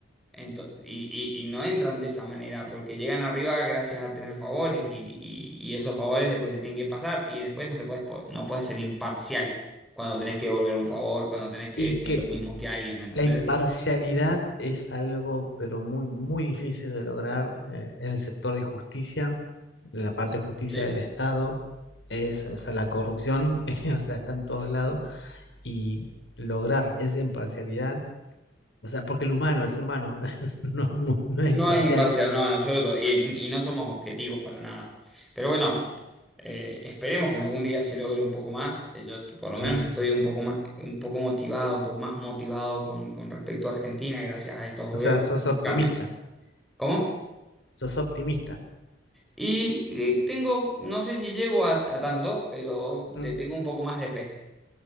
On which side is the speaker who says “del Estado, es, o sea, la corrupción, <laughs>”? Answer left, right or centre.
Left